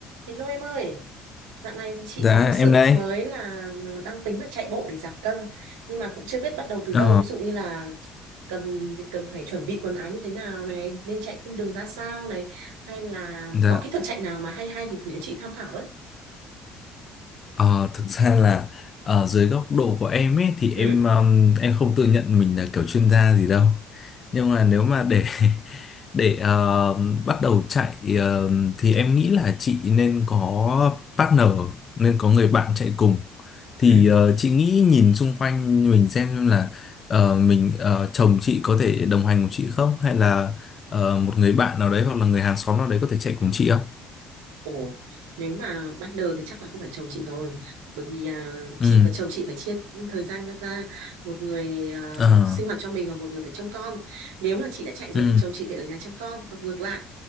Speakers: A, on the right; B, on the left.
A: Hello em ơi, dạo này thì chị
B: Dạ
A: có một sở
B: em đây.
A: thích mới là đang tính là chạy bộ để giảm cân nhưng mà cũng chưa biết bắt đầu từ đâu
B: Ờ,
A: ví dụ như là cần cần phải chuẩn bị quần áo như thế nào này nên chạy cung đường ra sao này hay là
B: dạ.
A: có kỹ thuật chạy nào mà hay hay thì gửi cho chị tham khảo với
B: Ờ, thực ra là ở dưới góc độ của em ấy thì
A: ừ
B: em um, em không tự nhận mình là kiểu chuyên gia gì đâu. Nhưng mà nếu mà để <laughs> để ờ, bắt đầu chạy ờ, thì em nghĩ là chị nên có partner, nên có người bạn chạy cùng. Thì
A: ừ
B: ờ, chị nghĩ nhìn xung quanh mình xem xem là ờ, mình ờ, chồng chị có thể đồng hành cùng chị không hay là ờ, một người bạn nào đấy hoặc là người hàng xóm nào đấy có thể chạy cùng chị không?
A: ồ nếu mà ban đầu thì chắc là không phải chồng chị rồi bởi vì à,
B: Ừ.
A: chị và chồng chị phải chia thời gian ra một người à,
B: Ờ,
A: sinh hoạt cho mình và một người phải trông con nếu mà chị đã chạy rồi
B: ừ,
A: thì chồng chị phải ở nhà trông con còn ngược lại